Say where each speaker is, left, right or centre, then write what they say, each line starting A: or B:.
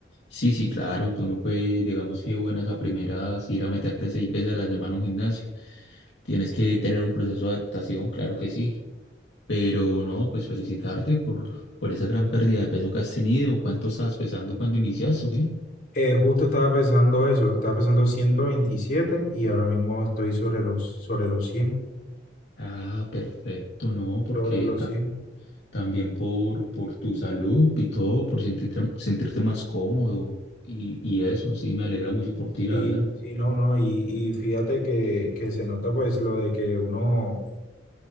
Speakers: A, on the left; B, on the left.
A: Sí, sí, claro, tú no puedes, digamos que buenas a primeras, ir a meterte seis veces a la semana a un gimnasio. Tienes que tener un proceso de adaptación, claro que sí. Pero no, pues felicitarte por, por esa gran pérdida de peso que has tenido. ¿Cuánto estabas pesando cuando iniciaste o qué?
B: Eh, justo estaba pensando eso, estaba pensando 127 y ahora mismo estoy sobre los, sobre los cien
A: Ah, perfecto, no, porque
B: sobre los
A: ta-
B: cien
A: también por, por tu salud y todo, por sentirte, sentirte más cómodo y, y eso, sí, me alegra mucho por ti,
B: Sí,
A: la verdad.
B: sí, no, no, y, y fíjate que, que se nota pues lo de que uno,